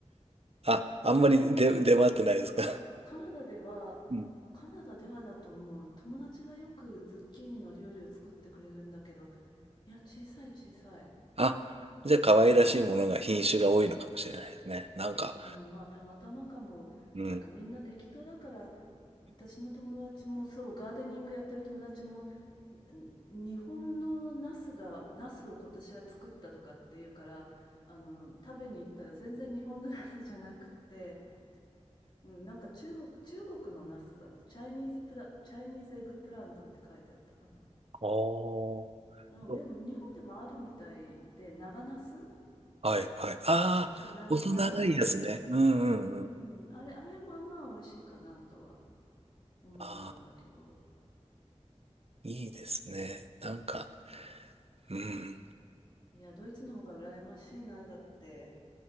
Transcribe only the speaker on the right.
あ、
あんまり出、出回ってないですか
うん。
あ、じゃあ可愛らしいものが品種が多いのかもしれないですね。なんか、
うん。
あー
よ
はいはい。ああ、
細長いやつね。うんうんうん。
ああ、いいですね。なんか、うん。